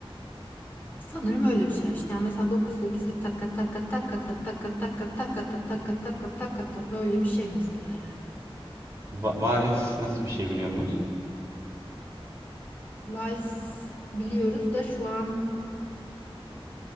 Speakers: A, on the left (about 20°); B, on the right (about 30°).
A: Sanırım öyle bir şey işte. Yani mesela 9-8'lik takka takka takka takka takka takka takka takka takka takka takka böyle bir şey mesela yani.
B: Va varis nasıl bir şey biliyor muyuz?
A: Vals biliyoruz da şu an